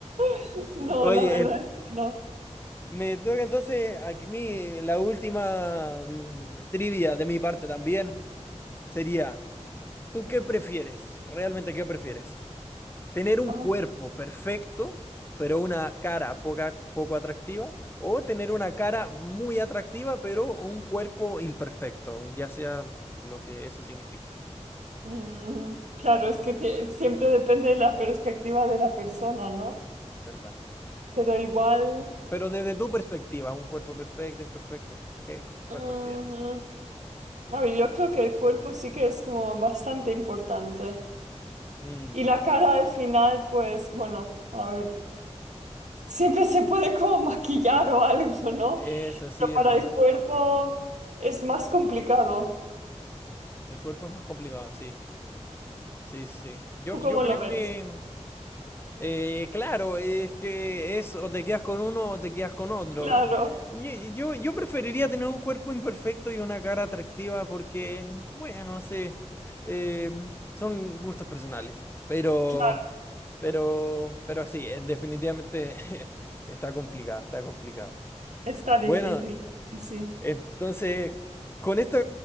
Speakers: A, on the right; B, on the left.
A: <laughs>
B: <laughs>
A: No,
B: Oye,
A: la verdad,
B: en-
A: no.
B: me toca entonces a mí la última mm, trivia de mi parte también. sería, ¿tú qué prefieres? ¿Realmente qué prefieres? ¿Tener un
A: Ajá.
B: cuerpo perfecto, pero una cara poca- poco atractiva? ¿O tener una cara muy atractiva, pero un cuerpo imperfecto? Ya sea lo que eso significa,
A: Mm, claro, es que te- siempre depende de la perspectiva de la persona, ¿no?
B: ¿verdad?
A: Pero igual,
B: Pero desde tu perspectiva, un cuerpo perfecto, imperfecto, ¿qué, cu- cuál
A: mm,
B: prefieres?
A: a ver, yo creo que el cuerpo sí que es como bastante importante.
B: Mm,
A: Y la cara al final, pues, bueno, a ver, siempre se puede como maquillar o algo, ¿no?
B: eso sí
A: Pero para
B: es verdad.
A: el cuerpo es más complicado.
B: El cuerpo es más complicado, sí. Sí, sí, sí. Yo,
A: ¿Tú cómo
B: yo creo
A: lo ves?
B: que Eh, claro, es que es o te quedas con uno o te quedas con otro.
A: Claro,
B: eh. Y- y Yo, yo preferiría tener un cuerpo imperfecto y una cara atractiva porque, bueno, no sé, eh, son gustos personales, pero,
A: claro,
B: pero, pero sí, eh, definitivamente <laughs> está complicado, está complicado.
A: está difícil.
B: Bueno,
A: Sí, sí.
B: entonces, con esto